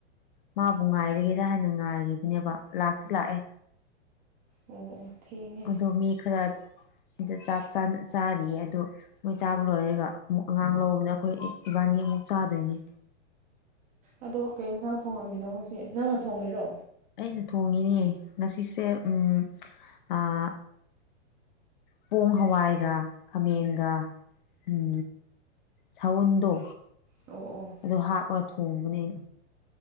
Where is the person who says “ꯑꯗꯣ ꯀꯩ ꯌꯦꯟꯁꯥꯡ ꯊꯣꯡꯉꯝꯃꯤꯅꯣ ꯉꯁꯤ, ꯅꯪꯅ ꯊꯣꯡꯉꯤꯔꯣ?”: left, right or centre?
Right